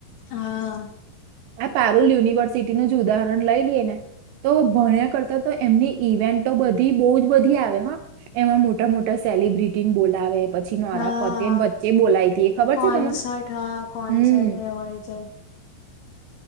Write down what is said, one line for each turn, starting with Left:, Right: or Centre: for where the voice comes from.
Left: હા.
Right: આ પારુલ યુનિવર્સિટીનું જ ઉદાહરણ લઈ લીએ ને, તો ભણ્યા કરતા તો એમની ઇવેન્ટો બધી બહુ જ બધી આવે હં, એમાં મો ટા-મોટા સેલિબ્રિટીન બોલાવે નોરા
Left: હા,
Right: ફતેહીને વચ્ચે બોલાવી હતી એ ખબર
Left: કોન્સર્ટ
Right: છે તમને
Left: હા, કોન્સર્ટ
Right: હમ
Left: એ હોય છે.